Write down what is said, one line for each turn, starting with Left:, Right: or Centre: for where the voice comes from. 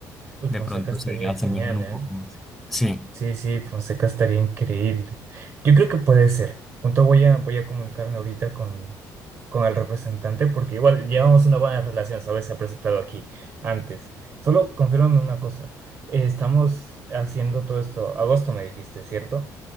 Right: Uy,
Centre: De
Right: Fonseca
Centre: pronto
Right: estaría
Centre: se asemejan
Right: genial,
Centre: un
Right: ¿eh?
Centre: poco más. Sí,
Right: Sí, sí, Fonseca estaría increíble. Yo creo que puede ser. Junto voy a, voy a comunicarme ahorita con, con el representante porque igual llevamos una buena relación, ¿sabes? Se ha presentado aquí antes. Solo confírmame una cosa. Eh, estamos haciendo todo esto. Agosto me dijiste, ¿cierto?